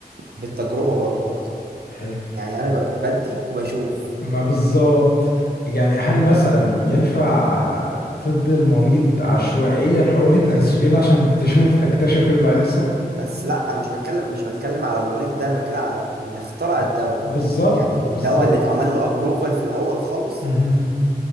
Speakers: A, on the right; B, on the left.
A: بالتجربه برضه اكتر
B: حلو
A: يعني انا ب- بدي وبشوف
B: ما بالظبط يعني هل مثلا ينفع تدي المريض عشوائيا حقنة انسولين عشان تشوف تكتشف ايه اللي هيحصل
A: بس لا انا مش بتكلم مش بتكلم على المريض ده انا بتكلم على اللي اخترع الدواء
B: بالظبط
A: ال- ال- يعني
B: بالظبط
A: الدواء اللي اتعمل له ابروفال في الاول خالص
B: مهم.